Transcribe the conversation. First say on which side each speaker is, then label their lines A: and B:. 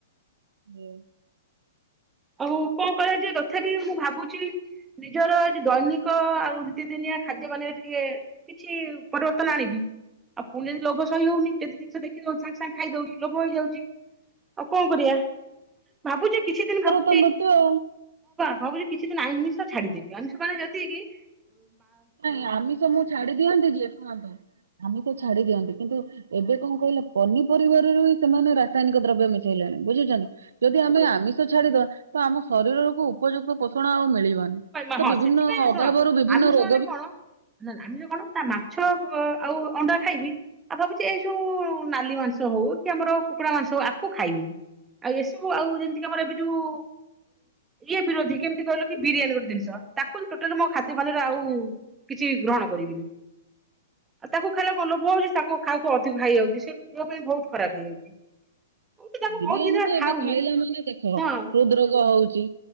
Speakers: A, on the right; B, on the right.
A: ହୁଁ।
B: ଆଉ କଣ କରାଯିବଏ ତଥାପି ମୁଁ ଭାବୁଛି ନିଜର ଯଇ ଦୈନିକ ଆଉ ରୀତିଦିନିଆ ଖାଦ୍ୟ ମାନେ ଟିକେ କିଛି ପରିବର୍ତ୍ତନ ଆଣିବି ଆଉ ପୁଣି ଯଦି ଲୋଭ ସହି ହଉନି ଯଦି ଜିନିଷ ଦେଖିଦଉଛି ସାଙ୍ଗେ ସାଙ୍ଗେ ଖାଇଦଉଛି ଲୋଭ ହେଇଯାଉଛି ଆଉ କଣ କରିବା? ଭାବୁଛୁ କିଛି ଦିନ ଭାବୁ
A: ବତଆଉ।
B: ଭାବୁଛି କିଛି ଦିନ ଆମିଷ ଛାଡିଦେବି ଆମିଷ ମାନ ଯଦିକି
A: ନାଇଁ ଆମିଶ ମୁଁ ଛାଡି ଦିଅନ୍ତି ଯିଏ ଶୁଣନ୍ତୁ ଆମିଶ ଛାଡି ଦିଅନ୍ତି। କିନ୍ତୁ ଏବେ କଣ କହିଲା ପନିପରିବାରରୁ ହି ସେମାନେ ରାସାୟନିକ ଦ୍ରବ୍ୟ ମିଶ ଣି ବୁଝିଛନ୍ତି ଯଦି ଆମେ ଆମି ଶ ଛାଡିଦବା ତ ଆମ ଶରୀରକୁ ଉପଯୁକ୍ତ ପୋଷଣ ଆଉ ମିଳିବ ନି
B: ହଁ
A: ତ
B: ହଁ
A: ବିଭିନ୍ନ
B: ସେଥିପାଇଁ
A: ଅଭାବରୁ
B: ଶୁଣ
A: ବିଭିନ୍ନ
B: ଆମିଷ
A: ରୋ
B: ମାନେ କଣ ନା ଆମେ ଯ କଣ ତା ମାଛ ଆଉ ଅଣ୍ଡା ଖାଇବି ଆଉ ଭାବୁଛି ଏଇ ସବୁ ନାଲି ମାଂସ ହଉ କି ଆମର କୁକୁଡ଼ା ମାଂସ ହଉ ଆକୁ ଖାଇବିନି ଆଉ ଏସବୁ ଆଉ ଯେମତିିକି ଆମର ଏଇ ବି ଯୋଉ ଇଏ ବିରୋଧୀ କେମିତି କହିଲ କି ବିରିୟାନୀ ଗୋଟେ ଜିନିଷ ତାକୁଲଟୋଟାଲ ମୋ ଖାଦ୍ୟ ପାନରେ ଆଉ କିଛି ଗ୍ରହଣ କରିବି ଆଉ ତାକୁ ଖାଇଲାଳୁ କଁ ଲୋଭ ହୋଉଚି? ତାକୁ ଖାଉହାକୁ ଅଧିକ ହେଇଯାଉଛି ସେ କ ଦେହ ପାଇଁ ବହୁତ ଖରାପ ହେଇଯାଉଛି। ମୁଁ ତ ତାକୁ
A: ବିରିୟାନୀ
B: ବହୁତ ଦିନ
A: ତ
B: ଖାଉନି
A: ଏବେ ଖାଇଲା ମାନେ ଦେଖ
B: ହଁ
A: ହୃଦ
B: ହଁ।
A: ରୋଗ ହଉଛି।